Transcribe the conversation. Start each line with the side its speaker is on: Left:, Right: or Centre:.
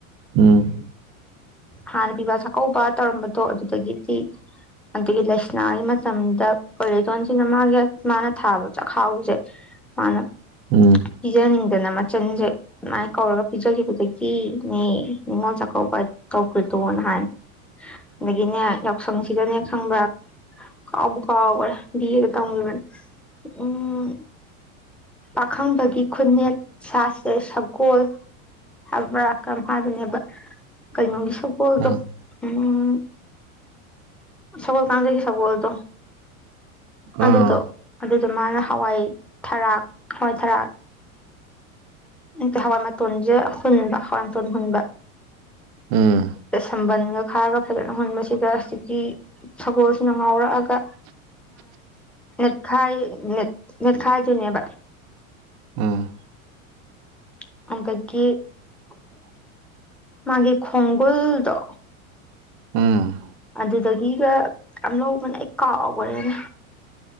Right: ꯎꯝ
Centre: ꯍꯥꯟꯅ ꯄꯤꯕ ꯆꯥꯛꯀꯧꯕ ꯇꯧꯔꯝꯕꯗꯣ ꯑꯗꯨꯗꯒꯤꯗꯤ ꯑꯗꯒꯤ ꯂꯥꯏꯁꯅꯥꯒꯤ ꯃꯇꯝꯗ ꯄꯣꯏꯔꯦꯊꯣꯟꯁꯤꯅ ꯃꯥꯒꯤ ꯃꯥꯅ ꯊꯥꯕ ꯆꯥꯛꯈꯥꯎꯁꯦ ꯃꯥꯅ
Right: ꯎꯝ
Centre: ꯄꯤꯖꯅꯤꯡꯗꯅ ꯃꯆꯟꯖꯩ ꯉꯥꯏ ꯀꯧꯔꯒ ꯄꯤꯖꯈꯤꯕꯗꯗꯒꯤꯅꯦ ꯅꯤꯉꯣꯜ ꯆꯥꯛ ꯀꯧꯕ ꯇꯧꯈ꯭ꯔꯦꯗꯣꯅ ꯍꯥꯏ ꯑꯗꯒꯤꯅꯦ ꯌꯥꯎꯁꯪꯁꯤꯗꯅꯦ ꯈꯪꯕ꯭ꯔꯥ ꯀꯥꯎꯕꯨ ꯀꯥꯎꯒ꯭ꯔꯦ ꯕꯤ ꯑꯦ ꯗ ꯇꯝꯒꯤꯕꯅꯤ ꯎꯝ ꯄꯥꯈꯪꯕꯒꯤ ꯈꯨꯅꯦꯛ ꯁꯥ ꯁꯦ ꯁꯒꯣꯜ ꯍꯥꯏꯕ꯭ꯔꯥ ꯀꯔꯝ ꯍꯥꯏꯕꯅꯦꯕ ꯀꯩꯅꯣꯒꯤ ꯁꯒꯣꯜꯗꯣ
Right: ꯎꯝ
Centre: ꯎꯝ ꯁꯒꯣ ꯀꯥꯟꯖꯩꯒꯤ ꯁꯒꯣꯜꯗꯣ
Right: ꯑꯥ
Centre: ꯑꯗꯨꯗꯣ ꯑꯗꯨꯗꯣ ꯃꯥꯅ ꯍꯋꯥꯏ ꯊꯔꯥꯛ ꯍꯋꯥꯏ ꯊꯔꯥꯛ ꯑ ꯍꯋꯥꯏ ꯃꯇꯣꯟꯁꯦ ꯍꯨꯟꯕ ꯍꯋꯥꯏ ꯃꯇꯣꯟ ꯍꯨꯟꯕ
Right: ꯎꯝ
Centre: ꯑꯁꯝꯕꯟꯒ ꯈꯥꯔꯒ ꯐꯖꯠꯅꯍꯟꯕꯁꯤꯗ ꯍꯧꯖꯤꯀꯤ ꯁꯒꯣꯜꯁꯤꯅ ꯉꯥꯎꯔꯛꯑꯒ ꯅꯦꯠ ꯈꯥꯏ ꯅꯦꯠ ꯈꯥꯏ ꯗꫭꯏꯅꯦꯕ
Right: ꯎꯝ
Centre: <inaudible>
Right: <unintelligible>
Centre: ꯃꯥꯒꯤ ꯈꯣꯡꯒꯨꯜꯗꯣ
Right: ꯎꯝ
Centre: ꯑꯗꯨꯗꯒꯤꯒ ꯂꯧꯕꯅꯦ ꯑꯩ ꯀꯥꯎꯈꯔꯦꯅꯦ